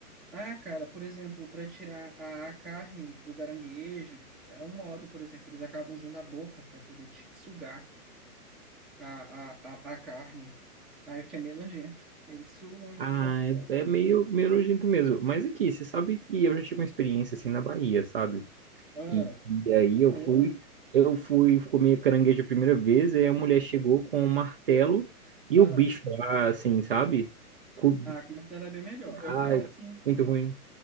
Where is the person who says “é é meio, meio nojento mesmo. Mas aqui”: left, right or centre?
Right